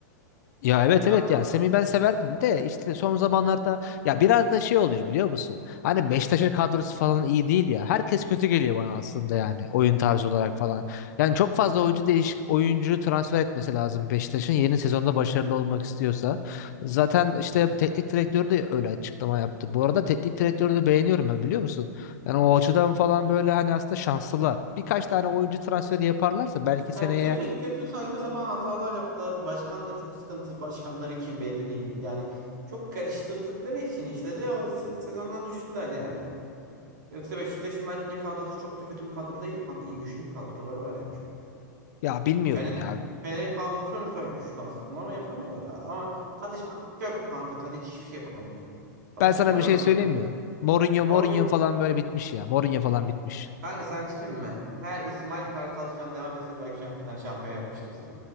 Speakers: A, on the left (about 65°); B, on the right (about 70°).
A: Ya evet
B: Ha,
A: evet ya Semih ben severdim de işte son zamanlarda ya biraz da şey oluyor biliyor musun? Hani Beşiktaş'ın kadrosu falan iyi değil ya. Herkes kötü geliyor bana aslında yani oyun tarzı olarak falan. Yani çok fazla oyuncu değiş oyuncu transfer etmesi lazım Beşiktaş'ın yeni sezonda başarılı olmak istiyorsa. Zaten
B: bak.
A: işte teknik direktörü de öyle açıklama yaptı. Bu arada teknik direktörü de beğeniyorum ben biliyor musun? Yani o açıdan falan böyle hani aslında şanslılar. Birkaç tane oyuncu transferi yaparlarsa belki seneye
B: Yani kötü kötü saçma sapan hatalar yaptılar. Başkanla çok sıkıntı. Başkanları kim belli değil. Yani çok karıştırdıkları için işleri o se- sezondan düştüler yani. Yoksa Beşiktaş'ın bence kadrosu çok da kötü bir kadro değil kanka. İyi güçlü bir kadroları var yani şu an.
A: ya bilmiyorum
B: Fener,
A: ya.
B: Fener'in kadrosu mesela güçlü aslında ama yapamıyorlar. ha. Ama Tadiç çöp kanka. Tadiç hiçbir şey yapamıyor. Abi
A: Ben
B: Kim
A: sana
B: var
A: bir
B: orada?
A: şey söyleyeyim
B: iyi?
A: mi? Mourinho,
B: Orada
A: Mourinho falan böyle bitmiş ya. Mourinho falan bitmiş.
B: kanka sana bir şey diyeyim mi? Her İsmail Kartal şu an devam etseydi belki şu an Fener şampiyon yapmıştı o sene.